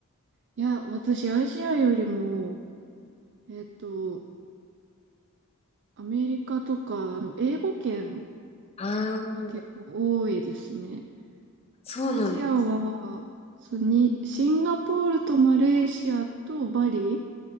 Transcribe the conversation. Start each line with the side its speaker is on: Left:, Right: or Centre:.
Right: いや、私アジアよりも、えっと、アメリカとか、あの、英語圏
Left: あー
Right: が結構多いですね。
Left: そうなんだ。
Right: アジアは、そうに、シンガポールとマレーシアとバリ、